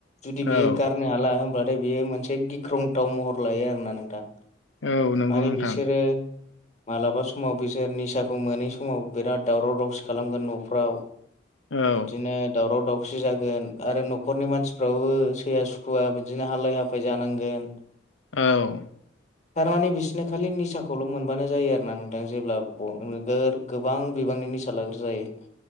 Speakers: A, on the left; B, on the left.
A: जुदि बियो
B: औ
A: गारनो हाला होनब्लाथाय बियो मोनसे गिख्रंथाव महर लायो आरोोना नोंथां।
B: औ नंगौ
A: माने
B: नोंथां
A: बिसोरो माबलाबा समाव बिसोर निसाखौ मोनै समाव बिराद दावराव दावसि खालामगोन न'फ्राव
B: औ
A: बिदिनो दावराव दावसि जागोन आरो न'खरनि मानसिफ्राबो सैया सुखुव बिदिनो हालाय हाफाय जानांगोन।
B: औ
A: थारमाने बिसोरनो खालि निसाखौल' मोनबानो जायो आरो ना नोंथां जेब्ला नोगोर गोबां बिबांनिनि सालागोर जायो।